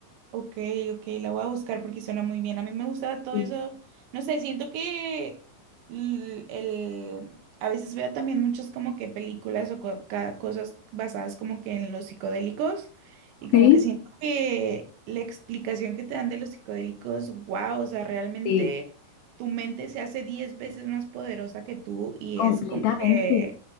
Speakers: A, on the right (about 85°); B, on the left (about 75°).
A: Ok, ok, la voy a buscar porque suena muy bien. A mí me gusta todo
B: Sí,
A: eso. No sé, siento que l- el, a veces veo también muchas como que películas o co- ca- cosas basadas como que en los psicodélicos y como
B: sí,
A: que siento que la explicación que te dan de los psicodélicos, wow, o sea, realmente
B: sí,
A: tu mente se hace 10 veces más poderosa que tú y
B: completamente.
A: es como que